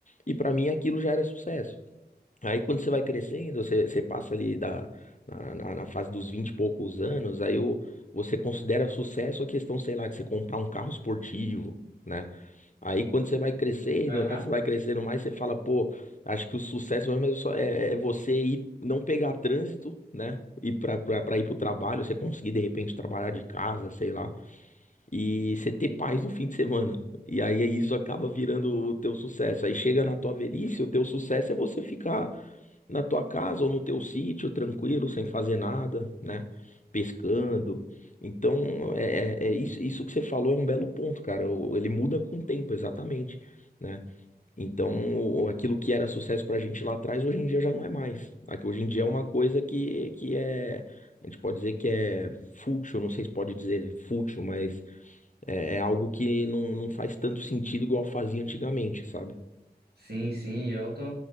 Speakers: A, on the left; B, on the right.
A: E pra mim aquilo já era sucesso. Aí quando você vai crescendo, você, você passa ali da, na, na- na fase dos 20 e poucos anos, aí o, você considera sucesso a questão, sei lá, de você comprar um carro esportivo. né Aí quando você vai crescendo,
B: Aham.
A: né? Você vai crescendo mais, você fala, pô, acho que o sucesso mesmo é, só- é- é você ir, não pegar trânsito, né? E para ir para o trabalho, você conseguir de repente trabalhar de casa, sei lá e você ter paz no fim de semana. E aí isso acaba virando o teu sucesso. Aí chega na tua velhice, o teu sucesso é você ficar na tua casa ou no teu sítio, tranquilo, sem fazer nada, né? Pescando. Então, é, é- é isso, isso que você falou é um belo ponto, cara. O- Ele muda com o tempo, exatamente. né? Então, o- aquilo que era sucesso pra gente lá atrás, hoje em dia já não é mais. Aqui, Hoje em dia é uma coisa que, que é, a gente pode dizer que é fútil, não sei se pode dizer fútil, mas é, é algo que não, não faz tanto sentido igual fazia antigamente, sabe?
B: Sim, sim, eu tô,